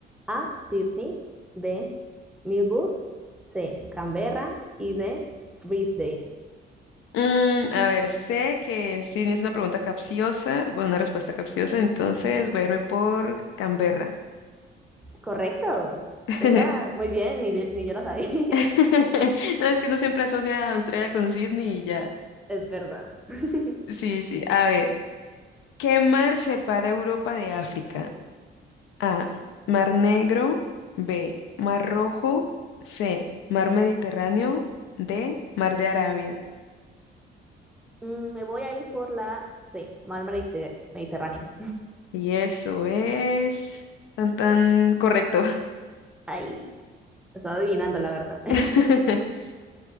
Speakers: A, in the centre; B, on the left.
A: A, Sydney, B, Melbourne, C, Canberra y D, Brisbane.
B: Mm, a ver, sé que sí es una pregunta capciosa, bueno, una respuesta capciosa, entonces voy a irme por Canberra.
A: Correcto.
B: <laughs>
A: Esa, muy bien, ni, ni yo la sabía.
B: <laughs>
A: <laughs>
B: No, es que no siempre asocia a Australia con Sydney y ya.
A: Es verdad. <laughs>
B: Sí, sí. A ver, ¿qué mar separa Europa de África? A. Mar Negro. B. Mar Rojo. C. Mar Mediterráneo. D. Mar de Arabia.
A: Mm, Me voy a ir por la C, mar Mediter- Mediterráneo.
B: Y eso es tan tan correcto.
A: Ay, estaba adivinando la verdad. <laughs>
B: <laughs>